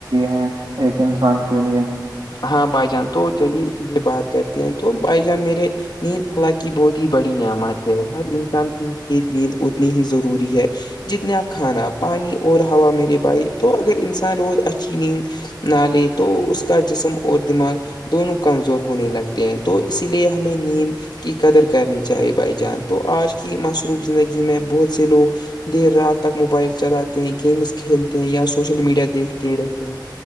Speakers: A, on the right; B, on the left.
A: ہیں ایک انسان کے لیے
B: ہاں بھائی جان تو چلیے اسی لیے بات کرتے ہیں تو بھائی جان میرے نیند اللہ کی بہت ہی بڑی نعمت ہے ہر انسان کے لی نیند اتنی ہی ضروری ہے جتنا کھانا پانی اور ہوا میرے بائی تو اگر انسان روز اچھی ند نہ لیے تو اس کا جسم اور دماغ دونوں کمزور ہونے لگتے ہیں تو اسی لیے ہمیں نیند کی قدر کرنی چاہے بائی جان تو آج کی مصروف زندگی میں بہت سے لوگ دیر رات تک موبائل چلاتے ہیں گیمس کھیلتے ہیں یا سوشل میڈیا دیکھتے رہتے ہیں